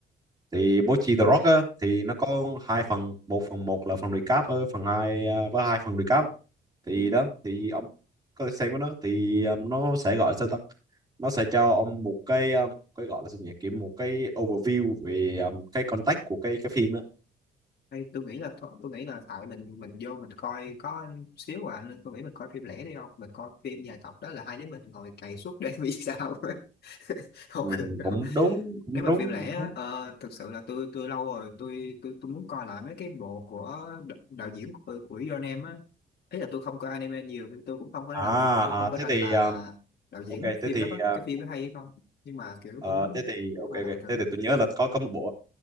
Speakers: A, on the right (about 20°); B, on the left (about 55°).
A: thì Bochi The Rock á, thì nó có hai phần một phần một là phần recap ờ, phần hai ờ, với hai phần recap á. thì
B: Ừ.
A: đó thì ông có thể xem cái đó thì ờ, nó sẽ gọi sao ta nó sẽ cho ông một cái ờ, cái gọi là sao nhỉ kiểu một cái overview về ờ, cái context của cái cái phim đó
B: Hay tôi nghĩ là thôi- tôi nghĩ là tại mình mình vô mình coi có xíu à nên tôi nghĩ mình coi phim lẻ đi không mình coi phim dài tập đó là hai đứa mình ngồi cày suốt đêm vì sao <laughs> không
A: ừ,
B: được đâu
A: cũng đúng cũng
B: nếu mà
A: đúng
B: phim lẻ
A: cũng
B: á,
A: đúng
B: ờ, thực sự là tôi tôi lâu rồi tôi tôi tôi muốn coi lại mấy cái bộ của đ- đạo diễn của của John Em á ý là tôi không coi anime nhiều nên tôi cũng không có
A: à,
B: rành tôi không
A: à
B: có
A: thế
B: rành
A: thì
B: là
A: ờ,
B: đạo diễn
A: ok
B: phim
A: thế thì
B: đó có
A: ờ,
B: cái phim đó hay hay không nhưng mà kiểu
A: Ờ,
B: tôi muốn
A: thế thì ok
B: coi
A: ok
B: lại thử
A: thế thì tôi nhớ là có có một bộ